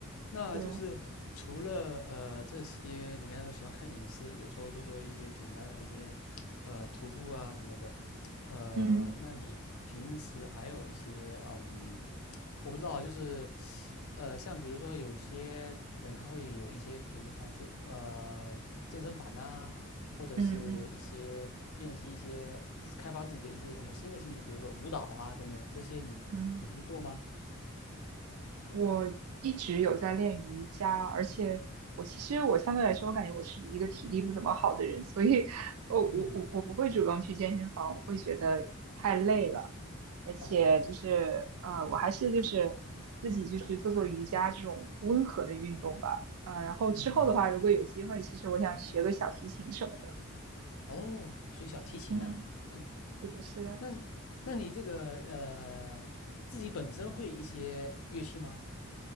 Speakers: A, on the left; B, on the right.
A: 那就是除了呃这些，
B: 对啊，
A: 你刚才说喜欢看影视，有时候做做一些简单的一些呃徒步啊什么的，呃，
B: 嗯
A: 那你平时还有一些嗯，我不知道啊就是呃像比如说有些人他会有一些，比如说想去呃健身房啊，或者是一些练习一些自开发自己的一些什么新的兴趣，
B: 嗯嗯嗯
A: 比如说舞蹈啊等等，这些你你会去做吗？
B: 嗯。我一直有在练瑜伽，而且我其实我相对来说，我感觉我是一个体力不怎么好的人，所以我我我我不会主动去健身房，
A: 嗯
B: 我会觉得太累了，而且就是呃，
A: 哦，
B: 我还是就是自己就是做做瑜伽这种温和的运动吧，呃，然后之后的话，
A: 嗯。
B: 如果有机会，其实我想学个小提琴什么的，
A: 哦，学小提琴呐、
B: 嗯，
A: 嗯，
B: 是的，是的。
A: 那那你这个呃，自己本身会一些乐器吗？